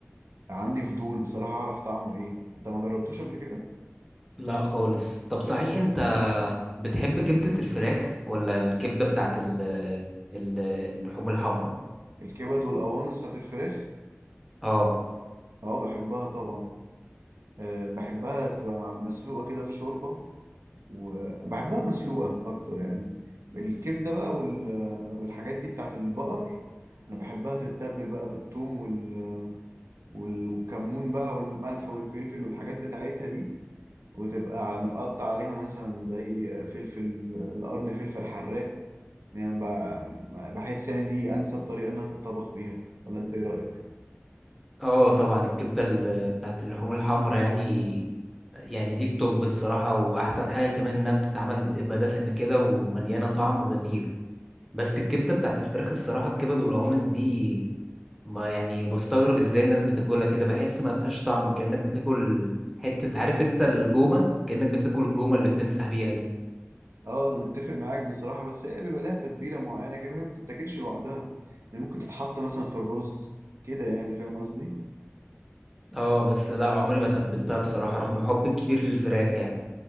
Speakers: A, on the right; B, in the centre.
A: عندي فضول بصراحه اعرف طعمه ايه انت ما جربتوش قبل كده
B: لا خالص طب صحيح انت بتحب كبدة الفراخ ولا الكبدة بتاعت ال ال اللحوم الحمراء
A: الكبد والقوانص بتاعت الفراخ
B: اه
A: اه بحبها طبعا أه بحبها تبقى مع- مسلوقه كده في شوربه وبحبها مسلوقة أكتر يعني الكبدة بقى وال... والحاجات دي بتاعت البقر أنا بحبها تتبل بقى بالثوم وال... وال... والكمون بقى والملح والفلفل والحاجات بتاعتها دي وتبقى متقطع عليها مثلا زي فلفل القرن فلفل حراق يعني أنا ب... بحس يعني دي أنسب طريقة إنها تتطبخ بيها ولا أنت إيه رأيك؟
B: اه طبعا الكبدة ال- بتاعت اللحوم الحمراء يعني يعني دي التوب الصراحة واحسن حاجة كمان انها بتتعمل بتبقى دسمة كده ومليانة طعم غزير بس الكبدة بتاعت الفراخ الصراحة الكبد والقوانص دي ما يعني بستغرب ازاي الناس بتاكلها كده بحس ما فيهاش طعم كأنك بتاكل حتة عارف انت الجومة كأنك بتاكل الجومة اللي بتمسح بيها دي
A: اه انا متفق معاك بصراحه بس هي بيبقى لها تتبيله معينه كده وهي ما بتتاكلش لوحدها يعني ممكن تتحط مثلا في الرز كده يعني فاهم قصدي
B: اه بس لا عمري ما تقبلتها بصراحة رغم حبي الكبير للفراخ يعني